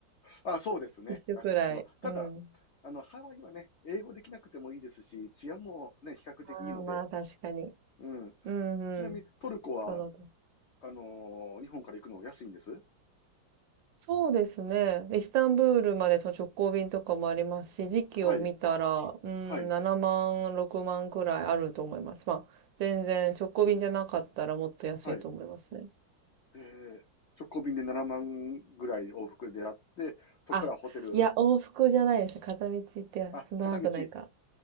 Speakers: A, on the left (about 70°); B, on the right (about 75°).
A: あ、そうですね。
B: 一緒くらい。
A: たし、あの、ただ、
B: うん。
A: あの、ハワイはね、英語できなくてもいいですし、治安もね、比較的いいので、
B: ああー、まあ確かに。
A: うん。
B: うんうん。
A: ちなみにトルコは
B: その通
A: あのー日本から行くの安いんです。
B: そうですね。イスタンブールまでその直行便とかもありますし、時期を見たら、
A: はい。
B: うん、
A: はい。
B: 7万、6万くらいあると思います。まあ、全然直行便じゃなかったらもっと安いと思いますね。
A: はい。えー、直行便で7万ぐらい往復であって、そこからホテル、
B: あ、いや、往復じゃないです。片道行ってや長くないか。
A: あ、片道。